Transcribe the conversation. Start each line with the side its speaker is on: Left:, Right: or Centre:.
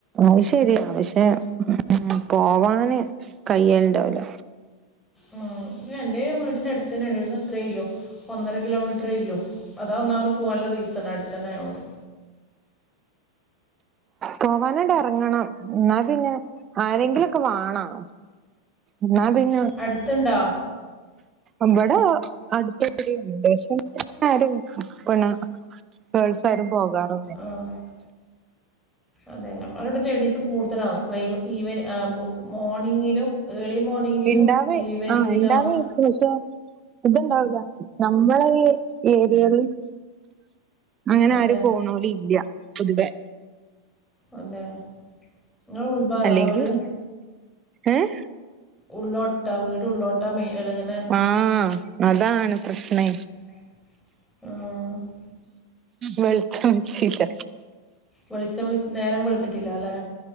Right: അത് ശരിയാ പക്ഷേ ഉം പോവാന് കയ്യൽ ഉണ്ടാവൂല
Centre: ഉം എൻ്റയ്ന് വീടിന്റെ അടുത്തന്നെ വിട്ന്ന് അത്രല്ലോ ഒന്നര കിലോമീറ്റർ ഇല്ലു അതാ ഒന്നാമത് പോകാനുള്ള റീസൺ അടുത്ത തന്നെ ആയോണ്ട്
Right: പോവാനായിണ്ടെറങ്ങണം എന്നാൽ പിന്നെ ആരെങ്കിലൊക്കെ വാണം ഇന്നാ പിന്നെ
Centre: അടുത്തുണ്ടോ
Right: ഇവിടെ അടുത്തൗടി ഇണ്ട് പക്ഷേ ആരും പിന്നെ ഗേൾസ് ആരും പോകാറോ
Centre: ആഹ് അതെ നമ്മളവിടെ ലേഡീസ് കൂടുതലാണ് വൈകു- ഈവ മോർണിങ്ങിലും ഏർളി മോർണിങ്ങിലും
Right: ഇണ്ടാവേ
Centre: ഈവനിങ്ങിലും
Right: ആ ഇണ്ടാവേയിരിക്കും
Centre: ആന്ന്
Right: പക്ഷെ ഇത്ണ്ടാവില്ല നമ്മള ഈ ഏരിയേൽ അങ്ങനെ
Centre: അതെ
Right: ആരു പോണോലില്ല പൊതുവെ
Centre: അതെ നിങ്ങളെ ഉൾഭാഗാ
Right: അല്ലങ്കിൽ
Centre: വീട്
Right: ഏഹ്
Centre: ഉള്ളോട്ട വീട് ഉള്ളോട്ടാ അല്ലങ്ങനെ
Right: ആഹ് അതാണ് പ്രശ്നേ
Centre: പ്രശ്നേ ആഹ്
Right: വെൾച്ച ച്ചീല്ല
Centre: വെളിച്ചം വെച്ച് നേരം വെൾത്തിട്ടില്ല ല്ലെ